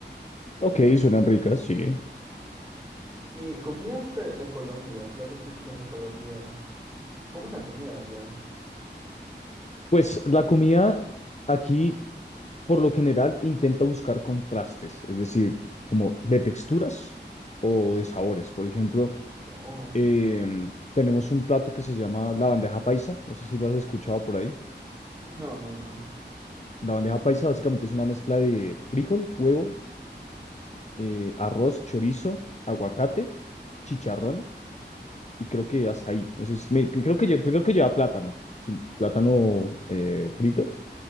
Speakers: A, on the left (about 40°); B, on the right (about 20°).
A: Ok, suenan ricas, sí.
B: Y comidas de, de Colombia, platos típicos de Colombia. ¿Cómo es la comida allá?
A: Pues la comida aquí. por lo general intenta buscar contrastes, es decir, como de texturas o de sabores. Por ejemplo,
B: Oh,
A: em, tenemos un plato que se llama la bandeja paisa, no sé si lo has escuchado por ahí.
B: no, no, no.
A: La bandeja paisa básicamente es una mezcla de frijol, huevo, eh, arroz, chorizo, aguacate, chicharrón y creo que hasta ahí. No sé si- me- creo que, lle- pues creo que lleva plátano, sin plátano eh, frito,